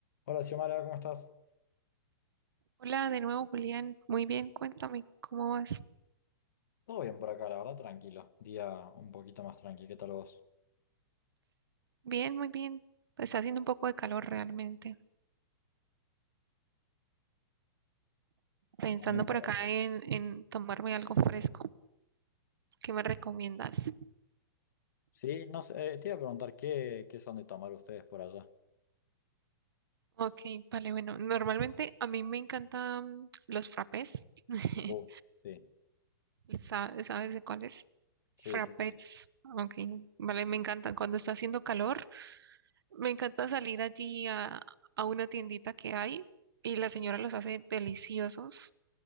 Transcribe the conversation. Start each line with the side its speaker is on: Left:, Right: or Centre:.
Left: Hola Xiomara, ¿cómo estás?
Right: Hola de nuevo, Julián. Muy bien, cuéntame, ¿cómo vas?
Left: Todo bien por acá, la verdad, tranquilo. Día un poquito más tranquilo. ¿Qué tal vos?
Right: Bien, muy bien. Pues está haciendo un poco de calor realmente. Pensando
Left: También
Right: por
Left: por
Right: acá
Left: acá.
Right: en, en tomarme algo fresco. ¿Qué me recomiendas?
Left: Sí, no sé, eh, te iba a preguntar qué, qué son de tomar ustedes por allá.
Right: Ok, vale, bueno, normalmente a mí me encantan los frappés. <laughs>
Left: Uh, sí,
Right: Sa- ¿Sabes de cuáles?
Left: sí,
Right: Frappés.
Left: sí, sí.
Right: Ok, vale, me encantan. Cuando está haciendo calor, me encanta salir allí a, a una tiendita que hay y la señora los hace deliciosos.